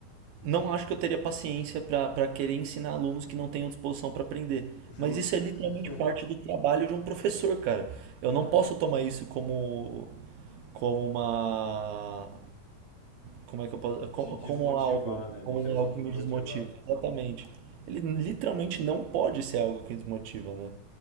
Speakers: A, on the right (about 75°); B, on the left (about 60°).
A: Não acho que eu teria paciência para querer ensinar alunos que não tenham disposição para aprender.
B: justo.
A: Mas isso é literalmente
B: <laughs>
A: parte do trabalho de um professor, cara. Eu não posso tomar isso como, como uma. Como é que eu posso. co-
B: Te desmotivar,
A: Como algo.
B: né? Deixar
A: Como
B: te
A: algo
B: desmotivar.
A: que me desmotiva. Exatamente. Ele literalmente não pode ser algo que desmotiva, né?